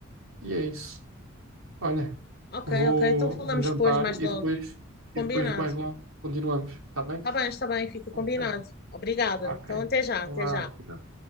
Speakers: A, on the right (about 85°); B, on the left (about 50°).
A: E é isso. Olha,
B: Ok,
A: vou,
B: ok, então falamos
A: vou jantar
B: depois, mais
A: e
B: logo.
A: depois,
B: Combinado.
A: e depois mais logo continuamos, está bem?
B: Tá bem, está bem, fica
A: Ok,
B: combinado. Obrigada.
A: ok.
B: Então, até já,
A: Vá.
B: até já.